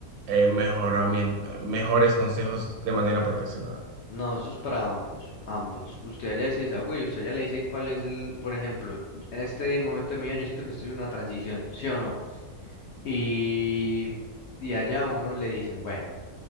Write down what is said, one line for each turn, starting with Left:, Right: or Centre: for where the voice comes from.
Right: eh, mejoramiento- mejores consejos de manera profesional.
Left: No, eso es para ambos, ambos. Usted allá se desahogó y usted allá le dice cuál es el, por ejemplo, en este momento de mi vida yo siento que estoy en una transición, ¿sí o no? Y, y allá a uno le dicen, bueno